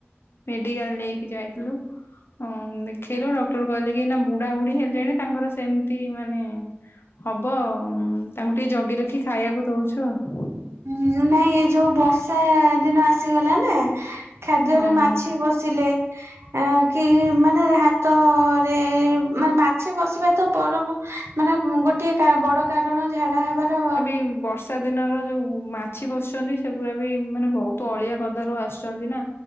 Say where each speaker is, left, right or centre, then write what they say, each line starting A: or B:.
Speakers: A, on the left; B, on the right.
A: ମେଡିକାଲ ନେଇକି ଯାଇଥିଲୁ। ହଁ ଦେଖେଇଲୁ ଡକ୍ଟର କହିଲେକି ନାବୁଢା ବୁଢୀ ହେଲେଣି ତାଙ୍କର ସେମିତି ମାନେ। ହବ ତାଙ୍କୁ ଟିକିଏ ଜଗି ରଖି ଖାଇବାକୁ ଦଉଛୁ ଆଉ
B: ଉୁଁ ନାଇଁ ଏ ଯୋଉ ବର୍ଷା ଦିନ ଆସିଗଲାନା। ଖାଦ୍ୟରେ
A: ହଁ।
B: ମାଛି ବସିଲେ ଏଁ କି ମାନେ ହାତ ଏଁ ମାନେ ମାଛି ବସିବାତ ପରମ ମାନେ ଗୋଟିଏ କା ବଡ କାରଣ ଝାଡା ହବାର
A: ବର୍ଷ ବର୍ଷା ଦିନର ଯୋଉ ମାଛି ବସୁଛନ୍ତି ସେଗୁଡାବି ମାନେ ବହୁତ ଅଳିଆ କଦାରୁ ଆସିଛନ୍ତିନା।